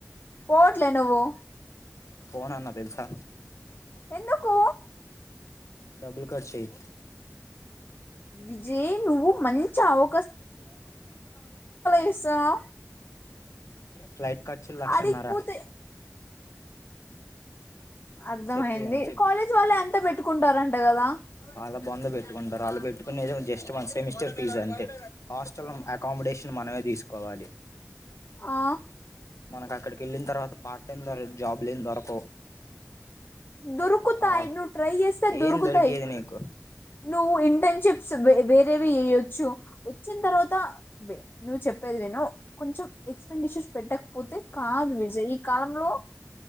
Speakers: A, on the left (about 40°); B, on the left (about 80°).
A: పోవట్లే నువ్వు
B: పోనన్నా తెలుసా
A: ఎందుకు
B: డబ్బుల్ ఖర్చయి
A: విజయ్ నువ్వు మన్ చావు చేస్తున్నావు
B: ఫ్లాయిట్ ఖర్చులు లక్షన్నర
A: అడిగిపోతే అర్థమయింది
B: చెప్పి చెప్పి
A: కాలేజ్ వాళ్ళు ఎంత పెట్టుకుంటారన్ టగదా
B: వాళ్ళ బొంద పెట్టుకుంటారు ఆల్లు పెట్టుకునేదేమో జస్ట్ వన్ సెమిస్టర్ ఫీజు అంతే హాస్టల్ అకామిడేషన్ మనమే తీసుకోవాలి
A: ఆ
B: మనకు అక్కడికి వెళ్ళిన తర్వాత పార్ట్ టైమ్ దర జాబ్ లేం దొరకవు
A: దొరుకుతాయి
B: ఆ
A: నువ్ ట్రై చేస్తే
B: ఏం
A: దొరుకుతాయి
B: దొరికేది నీకు
A: నువ్వు ఇంటర్న్షిప్స్ బే వేరే వి ఎయ్యొచ్చు వచ్చిన తర్వాత నువ్వు చెప్పేది విను కొంచెం ఎక్స్పెండిచర్ పెట్టకపోతే కాదు విజయ్ ఈ కాలంలో